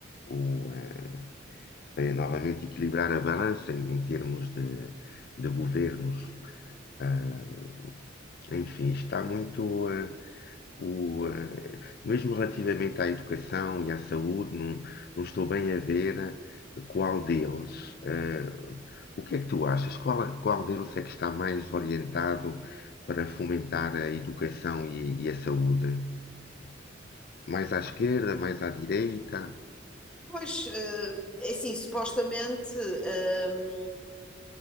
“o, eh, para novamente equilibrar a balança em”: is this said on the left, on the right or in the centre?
Left